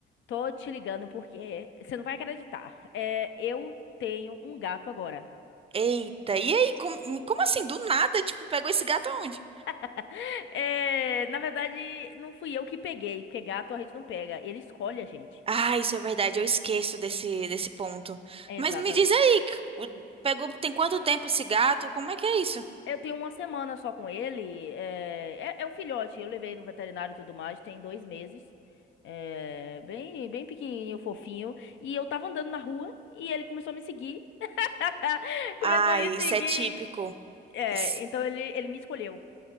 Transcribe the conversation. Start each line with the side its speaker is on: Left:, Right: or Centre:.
Left: tô te ligando porque você não vai acreditar. É, eu tenho um gato agora.
Right: Eita, e aí? Como, como assim? Do nada, tipo, pegou esse gato aonde?
Left: <laughs> É, na verdade, não fui eu que peguei, porque gato a gente não pega, ele escolhe a gente.
Right: Ah, isso é verdade, eu esqueço desse, desse ponto.
Left: É,
Right: Mas
Left: Exatamente.
Right: me diz aí, c- o- pegou, tem quanto tempo esse gato? Como é que é isso?
Left: Eu tenho uma semana só com ele. É, é, é um filhote, eu levei no veterinário e tudo mais, tem dois meses. É, bem, bem pequenininho, fofinho. E eu tava andando na rua e ele começou a me seguir. <laughs>
Right: Ai,
Left: Começou a me seguir.
Right: isso é típico.
Left: É,
Right: Isso-
Left: então ele, ele me escolheu.